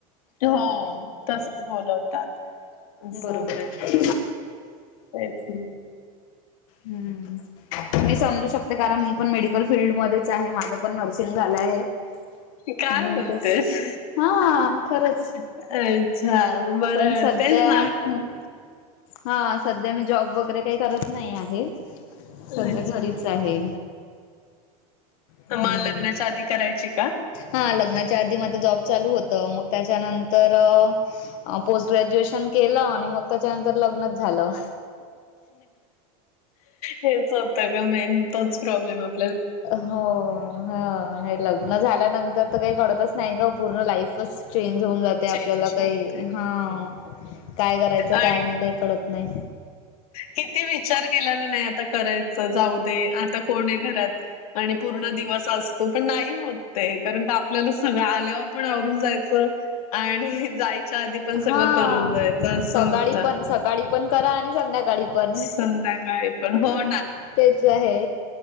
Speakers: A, on the left; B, on the left.
A: हो तसच बोलवतात, असं
B: बरोबर
A: होतं.
B: आहे
A: तेच ना!
B: ह् मी समजू शकते कारण मी पण मेडिकल फील्डमध्येच आहे, माझं पण नर्सिंग झाल आहे
A: काय
B: म्हणून
A: बोलतेस!
B: तेच हा खरंच
A: अच्छा, बरं.
B: पण सध्या
A: तेच ना खूप
B: हा, सध्या मी जॉब वगैरे काही करत नाही आहे, सध्या
A: अच्छा
B: घरीच आहे. हम्म.
A: मग लग्नाच्या आधी करायची का?
B: हा लग्नाच्या आधी माझ जॉब चालू होत, मग त्याच्यानंतर अ पोस्ट ग्रॅज्युएशन केलं, आणि मग त्याच्यानंतर लग्नच झालं.
A: हेच होतं ग मेन, तोच प्रॉब्लेम आप
B: हो, ह, हे लग्न झाल्यानंतर तर काही कळतच नाही ग, पूर्ण लाईफच चेंज होऊन जाते,
A: चेंज
B: आपल्याला
A: होते
B: काही, हा काय करायचं
A: आणि
B: काय नाही, काय कळत नाही.
A: किती विचार केला ना, नाही आता करायचं, जाऊ दे, आता कोण आहे घरात! आणि पूर्ण दिवस असतो, पण नाही होत ते, कारण का आपल्यालाच सगळं आल्यावर पण आवरून जायचं आणि जायच्या आधी पण
B: हा
A: सगळं करून जायचं, असं
B: सकाळी
A: होत.
B: पण सकाळी पण करा आणि संध्याकाळी पण,
A: संध्याकाळी पण हो
B: तेच आहे.